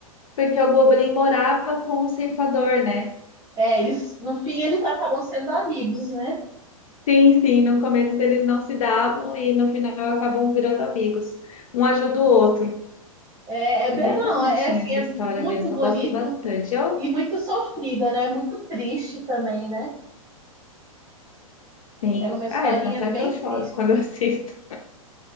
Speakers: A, on the left (about 70°); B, on the right (about 15°).
A: porque o Goblin morava com o ceifador, né?
B: É, eles, no fim, eles acabam sendo amigos, né?
A: Sim, sim. No começo eles não se davam e no final acabam virando amigos. Um ajuda o outro.
B: É, é
A: É
B: be-
A: bem
B: não,
A: bonitinha
B: é é assim,
A: essa
B: é
A: história
B: muito
A: mesmo.
B: bonito
A: Eu gosto bastante. Eu,
B: e muito sofrida, né? É muito triste também, né?
A: sim.
B: É uma historinha
A: Ah, é, tanto é
B: bem
A: que eu choro
B: triste.
A: quando <laughs> eu assisto.